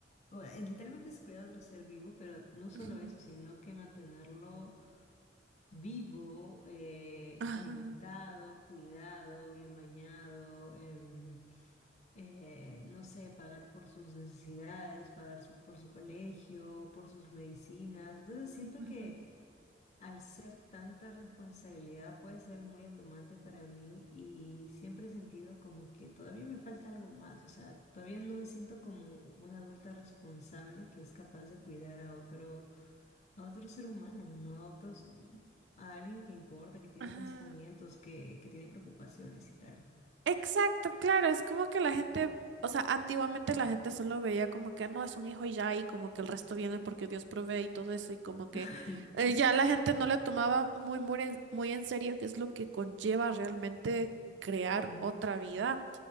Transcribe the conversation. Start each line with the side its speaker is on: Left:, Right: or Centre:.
Left: O, eh, literalmente es cuidar a otro ser vivo, pero no solo
Right: Ujú.
Left: eso, sino que mantenerlo vivo, eh,
Right: Ajá,
Left: alimentado, cuidado, bien bañado, em, eh, no sé, pagar por sus necesidades, pagar su- por su colegio, por sus medicinas. Entonces siento
Right: ujú,
Left: que al ser tanta responsabilidad puede ser muy abrumante para mí y siempre he sentido como que todavía me falta algo más, o sea, todavía no me siento como una adulta responsable que es capaz de cuidar a otro, a otro ser humano, no a otros, a alguien que importa, que tiene
Right: ajá.
Left: pensamientos, que, que tiene preocupaciones y tal.
Right: Exacto, claro, es como que la gente, o sea, antiguamente la gente solo veía como que no es un hijo y ya, y como que el resto viene porque Dios provee y todo eso, y como que
Left: <laughs>
Right: eh, ya la gente no le tomaba muy, muy en, muy en serio qué es lo que conlleva realmente crear
Left: Ujú,
Right: otra vida.